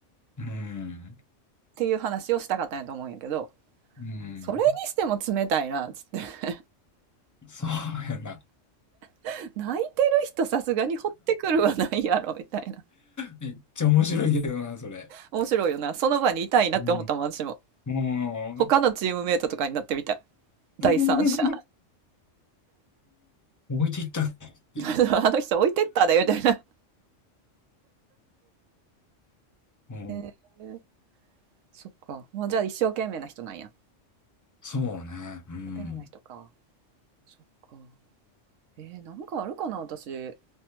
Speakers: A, on the left (about 20°); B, on the right (about 85°).
A: うん。
B: ていう話をしたかったんやと思うんやけど、
A: うん。
B: それにしても冷たいな、つって。
A: そうやな。
B: <laughs> 泣いてる人さすがに掘ってくるはないやろ、みたいな。
A: めっちゃ面白いけどな、それ。
B: 面白いよな。その場にいたいなって思ったもん、
A: う
B: 私も。
A: ん。
B: 他のチームメイトとかになってみたい。
A: も
B: 第三者。
A: う、置いていったねっていう。
B: <laughs> あの人置いてったで、みたいな。
A: うん
B: へえー、そっか。まあ、じゃあ一生懸命な人なんや。一
A: そうね。うん。
B: 生懸命な人か。そっか。えー、なんかあるかな、私。